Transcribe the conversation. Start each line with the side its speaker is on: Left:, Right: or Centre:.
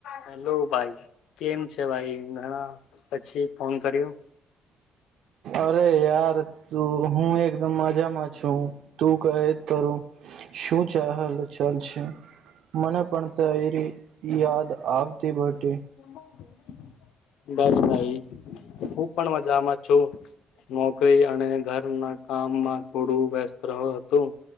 Left: Hello ભાઈ કેમ છે ભાઈ? ઘણા પછી ફોન કર્યો.
Right: અરે યાર તું હું એકદમ મજામાં છું. તું કહે તરું શું ચાલ ચાલ છે મને પણ તારી યાદ આવતી બટ
Left: <inaudible> બસ ભાઈ હું પણ મજામાં છું. નોકરી અને ઘરના કામમાં થોડું વ્યસ્ત રહ્યો હતું.